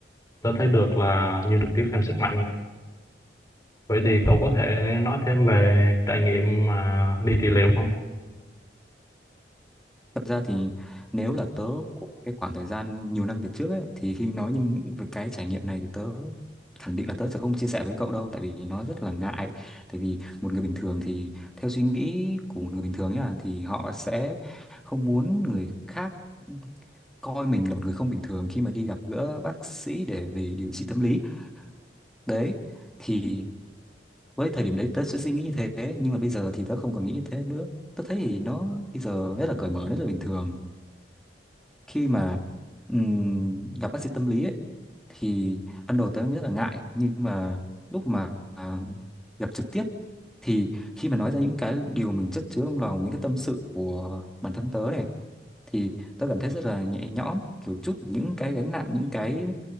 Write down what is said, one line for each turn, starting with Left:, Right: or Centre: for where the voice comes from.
Left: tớ thấy được là như được tiếp thêm sức mạnh. Vậy thì cậu có thể nói thêm về trải nghiệm mà đi trị liệu không?
Centre: Thật ra thì nếu là tớ của cái khoảng thời gian nhiều năm về trước ấy, thì khi nói những về cái trải nghiệm này thì tớ khẳng định là tớ sẽ không chia sẻ với cậu đâu tại vì nó rất là ngại tại vì một người bình thường thì theo suy nghĩ của một người bình thường nhá thì họ sẽ không muốn người khác coi mình là một người không bình thường khi mà đi gặp gỡ bác sĩ để về điều trị tâm lý đấy thì với thời điểm đấy tớ sẽ suy nghĩ như thế nhưng mà bây giờ thì tớ không còn nghĩ như thế nữa tớ thấy thì nó bây giờ rất là cởi mở rất là bình thường khi mà ừm, gặp bác sĩ tâm lý ấy, thì ban đầu tớ rất là ngại nhưng mà lúc mà à, gặp trực tiếp thì khi mà nói ra những cái điều mình chất chứa trong lòng những cái tâm sự của bản thân tớ này thì tớ cảm thấy rất là nhẹ nhõm kiểu chút những cái gánh nặng những cái